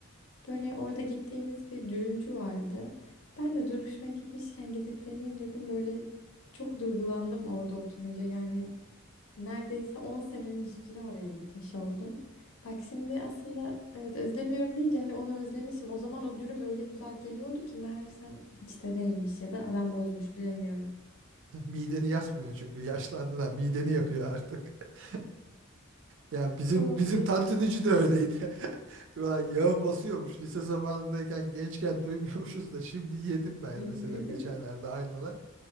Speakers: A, on the left (about 80°); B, on the right (about 60°).
A: Böyle orada gittiğimiz bir dürümcü vardı. Ben de duruşmaya gitmişken gidip deneyeyim dedim. Böyle çok duygulandım orada oturunca. Yani Neredeyse 10 senenin üstüne oraya gitmiş oldum. Bak şimdi aslında evet özlemiyorum deyince hani onu özlemişim. O zaman o dürüm öyle güzel geliyordu ki meğersem hiç de değilmiş ya da adam bozmuş bilemiyorum.
B: <laughs> Mideni yakmıyor çünkü yaşlandın ha mideni yakıyor artık. <laughs> Ya bizim
A: Olabilir.
B: bizim tantunici de öyleydi. <laughs> Ulan yağı basıyormuş. Lise zamanındayken gençken duymuyormuşuz da şimdi yedim ben
A: <laughs>
B: mesela geçenlerde aynı olay.